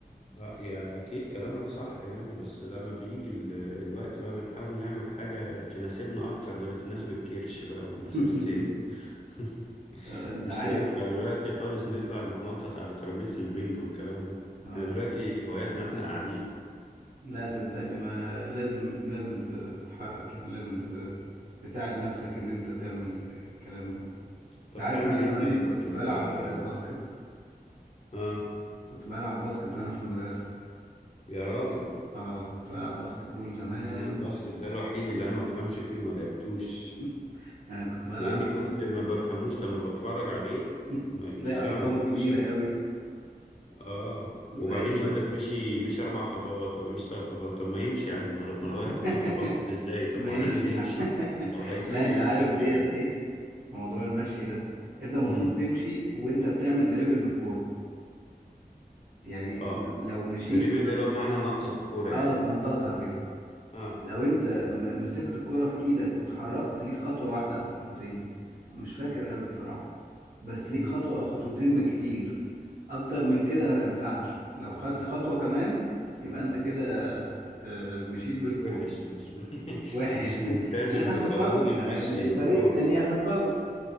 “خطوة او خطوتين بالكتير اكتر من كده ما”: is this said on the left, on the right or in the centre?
Right